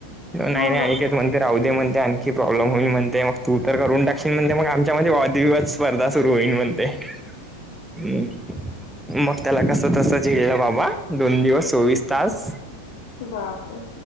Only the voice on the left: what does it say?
हो
ना
बापरे